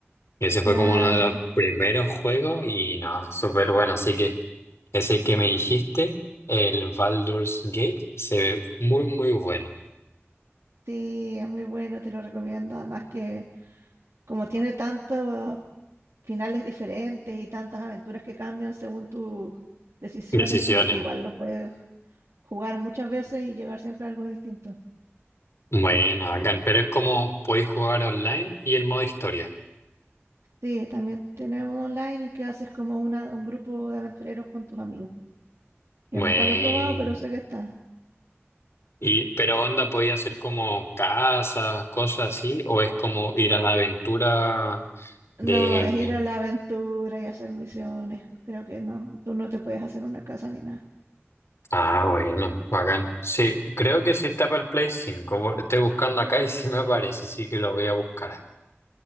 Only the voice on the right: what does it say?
Claro,
sí, es muy bueno, te lo recomiendo. Además que como tiene tantos finales diferentes y tantas aventuras que cambian según tus decisiones,
como que igual lo puedes jugar muchas veces y llegar siempre a algo distinto.
Sí, también tenemos online en que haces como una, un grupo de aventureros con tus amigos. Yo
nunca lo he probado, pero sé que está.
No, es ir a la aventura y hacer misiones. Creo que no. Tú no te puedes hacer una casa ni nada.